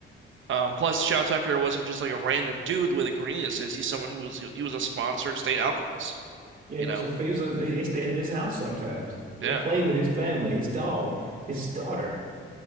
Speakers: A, on the right (about 70°); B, on the right (about 40°).
A: Um, plus, Shao Tucker wasn't just like a random dude the way that Cornelius is. He's someone who was he was a sponsored state alchemist,
B: Yeah,
A: you
B: he
A: know?
B: was a faisal. They, they stayed at his house sometimes.
A: Yeah.
B: They played with his family, his dog, his daughter.